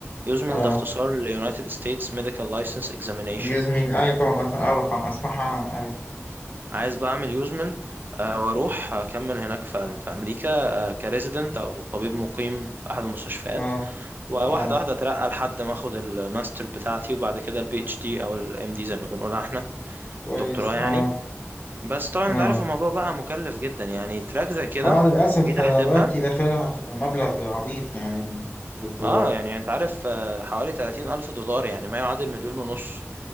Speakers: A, on the right; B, on the left.
A: يوزميل
B: اه
A: ده اختصار ل United States Medical License Examination
B: جوز مين ايوه طبعا أس- اعرف اسمح انا ايوه
A: عايز بقى أعمل يوزميل آه، وأروح أكمل هناك في في أمريكا كريزيدنت أو طبيب مقيم في أحد المستشفيات
B: اه
A: وواحدة
B: اه
A: واحدة اترقى لحد ما اخد الماستر بتاعتي وبعد كده البي اتش دي او الام دي زي ما بنقولها احنا
B: كويس
A: الدكتوراه يعني
B: اه
A: بس طبعا
B: اه
A: انت عارف الموضوع بقى مكلف جدا يعني تراك زي كده
B: اه للاسف
A: جيت احسبها
B: آه، دلوقتي داخلها في مبلغ عبيط يعني بال- بالدولار
A: اه يعني انت عارف آه، حوالي 30 الف دولار يعني ما يعادل مليون ونص